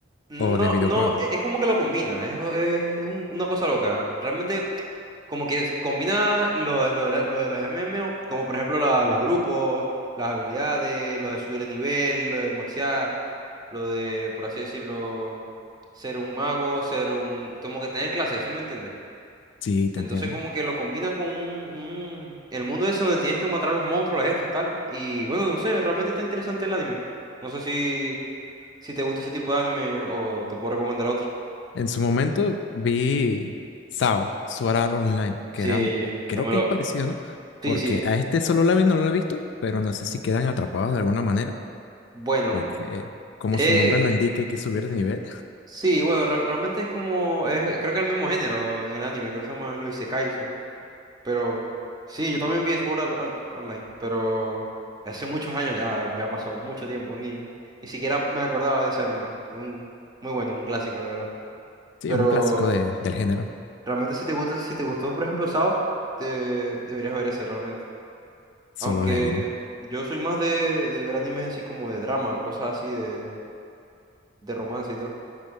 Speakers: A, on the right; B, on the left.
A: no,
B: o de videojuego.
A: no, e- es como que lo combina, es, es un- una cosa loca. Realmente, como que se combina lo, lo de la- lo de los MMO, como por ejemplo la- los grupos, las habilidades, lo de subir de nivel, lo de maxear, lo de, por así decirlo, ser un mago, ser un... Como que tener clases, ¿sí me entiendes?
B: Sí, te
A: Entonces
B: entiendo.
A: como que lo combinan con un, un- el mundo ese donde tienes que matar a los monstruos, los jefes, tal. Y bueno, no sé, realmente está interesante el anime. No sé si... Si te gusta ese tipo de anime o te puedo recomendar otro.
B: En su momento vi SAO, Sword Art Online, que
A: Sí,
B: era, creo
A: dámelo.
B: que es parecido, ¿no?
A: Sí,
B: Porque
A: sí.
B: a este solo la vi, no lo he visto, pero no sé si quedan atrapados de alguna manera,
A: Bueno,
B: porque como
A: eh,
B: su nombre lo indica, hay que subir de nivel.
A: sí, bueno, re- realmente es como, es- creo que es el mismo género en el anime, creo que se llama los Isekais, son- Pero sí, yo también vi Sword Art Art Online, pero hace muchos años ya, me ha pasado mucho tiempo, ni, ni siquiera me acordaba de ese anime. Un, muy bueno, un clásico, de verdad.
B: Sí,
A: Pero
B: es un clásico de- del género,
A: realmente si te gusta, si te gustó, por ejemplo, Sao, te deberías ver ese realmente.
B: Solo
A: Aunque
B: Leveling.
A: yo soy más de, de ver animes así como de drama, cosas así de, de romance y todo.